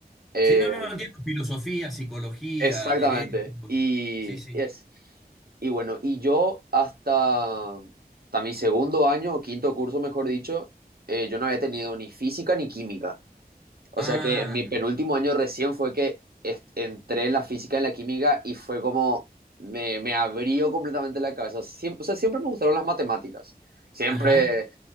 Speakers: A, on the right; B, in the centre.
A: Eh,
B: Sí, no, no, no entiendo. Filosofía, psicología,
A: exactamente.
B: derecho.
A: Y
B: Sí, sí.
A: es. Y bueno, y yo hasta, hasta mi segundo año o quinto curso, mejor dicho, eh, yo no había tenido ni física ni química. O
B: Ah,
A: sea que en mi penúltimo año recién fue que est- entré en la física y en la química y fue como me, me abrió completamente la cabeza. Siem- o sea, siempre me gustaron las matemáticas. Siempre
B: ajá,